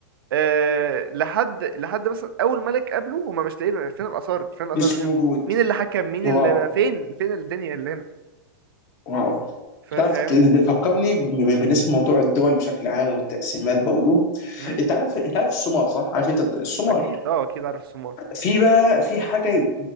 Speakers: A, on the right; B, on the left.
A: آه لحد لحد مثلا أول ملك قبله هما مش لاقيين فين الآثار فين الآثار
B: مش
A: اللي
B: موجود
A: هنا مين اللي حكم مين
B: واو
A: اللي فين فين الدنيا اللي هنا
B: واو
A: فا-
B: انت عارف
A: فاهمني
B: بتفكرني ب- بالنسبه لموضوع الدول بشكل عام والتقسيمات برضه
A: مم؟
B: انت عارف انت عارف الصومال صح؟ عارف انت الصومال
A: أكيد اه أكيد عارف السومار
B: في بقى في حاجه